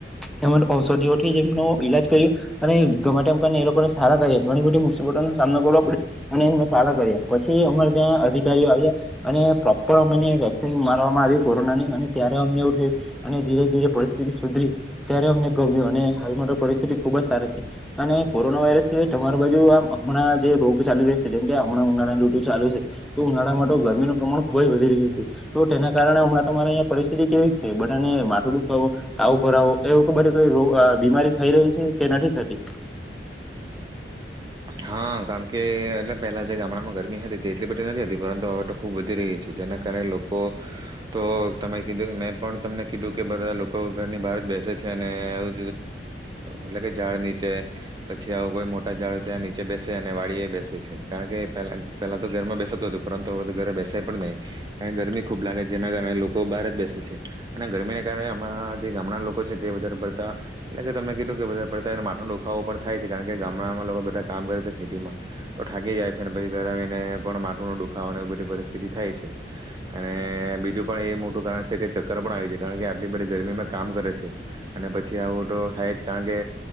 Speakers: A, in the centre; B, on the right.
A: એ ઔષધિઓથી એમનો ઈલાજ કર્યું અને ગમે તેમ કરીને એ લોક પર સારા કર્યા ઘણી બધી મુસીબતો નો સામનો કરવો પડ્યો અને એમણે સારા કર્યા પછી અમારે ત્યાં અધિકારીઓ આવ્યા અને પ્રોપર અમને વેક્સિન મારવામાં આવી કોરોના ની અને ત્યારે અમને એવું થયું અને ધીરેધીરે પરિસ્થિતિ સ સુધરી ત્યારે અમને ગમ્યું અને હાલમાં તો પરિસ્થિતિ ખુબજ સારી છે, અને કોરોના વાયરસ સિવાય તમારી બાજુ આમ હમણાં જે રોગ ચાલી રહ્યા છે, જેમ કે હમણાં ઉનાળાની ડ્યુટી ચાલુ છે, તો ઉનાળામાં તો ગરમીનું પ્રમાણ ખુબ જ વધી રહ્યું છે, તો તેના કારણે હમણાં તમારે અહીંયા પરિસ્થિતિ કેવીક છે બધાને માથું દુખાવો, તાવ ભરાવો એવું તો બધી કંઈ રોગ અહ બીમારી થઈ રહી છે, કે નહીં થતી.
B: હા કારણ કે એટલે પહેલા જે ગામડામાં ગરમી હતી તે એટલી બધી નથી. હતી પરંતુ હવે તો ખુબ વધી રહી છે, જેના કારણે લોકો તો તમે કીધું મેં પણ તમને કીધું કે બધા લોકો ઘરની બહાર જ બેસે છે, અને <unintelligible> એટલે કે ઝાડ નીચે પછી આવું કોઈ મોટા ઝાડ ઝાડ ની ચે બેસે અને વાડી એ બેસે છે, કારણ કે પહેલા પહેલા તો ઘરમાં બેસાતું હતું પરંતુ હવે ઘરે બેસાય પણ નહીં અહિંયા ગરમી ખૂબ લાગે છે જેના કારણે લોકો બહાર જ બેસે છે, અને ગરમીને કારણે અમારા જે ગામડાના લોકો છે તે વધારે પડતા એટલે કે તમે કીધું કે વધારે પડતા એને માથાનો દુખાવો પણ થાય છે, કારણ કે ગામડામાં લોકો બધા કામ કરે છે ખેતીમાં તો થાકી જાય છે, અને પછી ઘર આવીને પણ માથું નો દુખાવો અને એ બધી પરિસ્થિતિ થાય છે, અને બીજું પણ એ મોટું કારણ છે કે ચક્કર પણ આવી જાય કારણ કે આટલી બધી ગરમીમાં કામ કરે છે, અને પછી આવું તો થાય જ કારણ કે